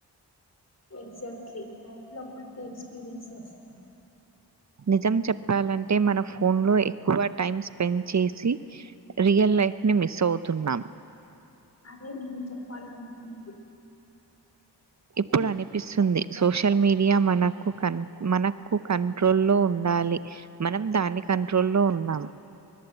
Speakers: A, on the left (about 35°); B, on the right (about 40°).
A: exactly life లో కొత్త ఎక్స్పీరియన్స్ వస్తాయి
B: నిజం చెప్పాలం అంటే మన ఫోన్ లో ఎక్కువ టైమ్ స్పెండ్ చేసి రియల్ లైఫ్ ని మిస్ అవుతున్నాం
A: అదే నేను చెప్పాలనుకున్నది
B: ఇప్పుడు అనిపిస్తుంది సోషల్ మీడియా మనకు క మనకు కంట్రోల్ లో ఉండాలి మనం దాన్ని కంట్రో లో ఉన్నాం